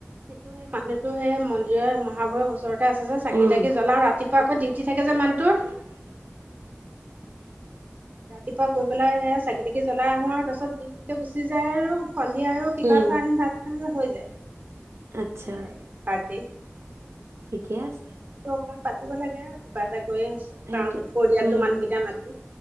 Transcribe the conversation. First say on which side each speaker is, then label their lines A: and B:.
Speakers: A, on the right; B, on the right.
A: ত সে মানুহেই মন্দিৰৰ মহাভয়ৰ ওচৰতে আছে চাকি
B: উম।
A: তাকি
B: উম,
A: জলাও ৰাতিপুৱা আকৌ ডিউটি থাকে যে মানুহটোৰ। ৰাতিপুৱা গৈ পেলাই সে চাকি তাকি জ্বলাই আহো আৰু তাপিছত তিতে গুচি যায় আৰু। সন্ধিয়া আৰু কিবা
B: উম,
A: এটা আনি ভাত খা হৈ যায় সেইয়াই
B: আচ্ছা
A: পাৰ্টি।
B: ঠিকে আছে।
A: অকণমান পাতিব লাগে আৰু কিবা এটা। কৰি
B: সেইটোৱে
A: পৰিয়ালটো
B: উম,
A: মানুহকেইটা মাতি